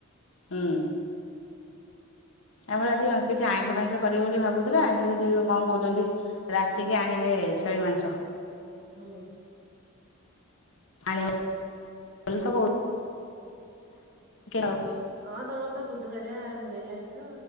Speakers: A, on the left; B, on the right.
A: ହୁଁ। ଆମର ଆଜି ଉଁ କିଛି ଆଇଁଷ ଫାଇଁଷ କରିବେ ବୋଲି ଭାବୁଥିଲେ ଆଇଁଷ କିଛି କଣ କଉଚନ୍ତି ରାତିକି ଆଣିବେ। ଏ ଛେଳି ମାଂସ।
B: ହୁଁ।
A: ଆନିବ ବୋଲ ତ କଉ ଆଉ
B: ହଁ ତମର ତ ବୁଧୁବାରିଆ ହୁଏ ଆଉଁଷ